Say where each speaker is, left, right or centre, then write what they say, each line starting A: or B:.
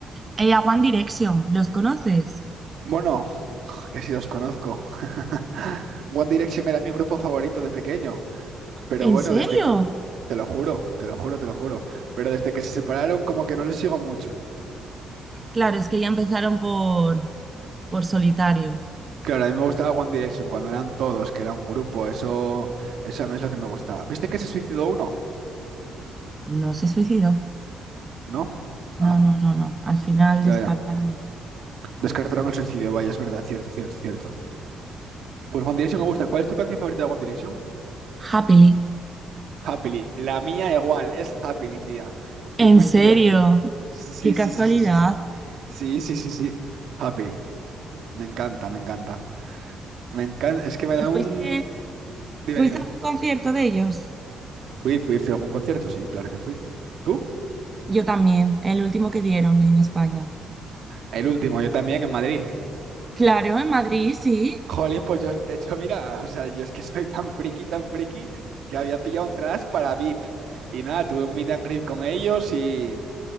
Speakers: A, on the right (about 25°); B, on the right (about 70°).
A: Ella, a One Direction, ¿los conoces?
B: Bueno, <sighs> <laughs> que si los conozco. <laughs> One Direction era mi grupo favorito de pequeño. Pero
A: ¿En
B: bueno,
A: serio?
B: desde que. Te lo juro, te lo juro, te lo juro. Pero desde que se separaron, como que no les sigo mucho.
A: Claro, es que ya empezaron por, por solitario.
B: Claro, a mí me gustaba One Direction cuando eran todos, que era un grupo. Eso, eso a mí es lo que me gustaba. ¿Viste que se suicidó uno?
A: No se suicidó.
B: ¿No?
A: No,
B: Ah,
A: no, no, no. Al final
B: ya,
A: descartaron
B: ya.
A: eso.
B: Descartaron el suicidio, vaya, es verdad, cierto, cierto, cierto. Pues One Direction me gusta. ¿Cuál es tu canción favorita de One Direction?
A: Happily.
B: Happily. La mía igual, es Happily, tía. Qué
A: ¿En
B: coincidencia.
A: serio?
B: Sí, sí,
A: Qué casualidad.
B: sí, sí, sí, sí. Sí, sí, sí, sí. sí. Happily. Me encanta, me encanta. Me encanta, es que me
A: ¿Y
B: da un...
A: fuiste,
B: Dime,
A: fuiste
B: dime.
A: a algún concierto de ellos?
B: Fui, fui, fui a algún concierto, sí, claro que fui. ¿Tú?
A: Yo también, el último que dieron en España.
B: El último, yo también en Madrid.
A: Claro, en Madrid, sí.
B: Jolín, pues yo, de hecho, mira, <laughs> o sea, yo es que soy tan friki, tan friki, que había pillado entradas para VIP. Y nada, tuve un meet and greet con ellos y...